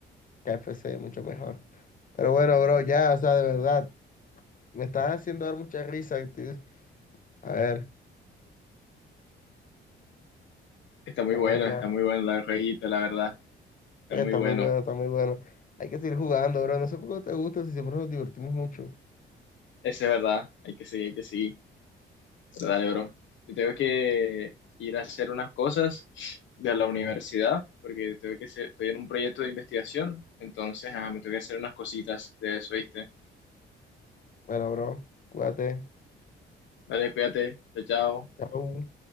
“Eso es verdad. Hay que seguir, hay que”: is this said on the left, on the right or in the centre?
Left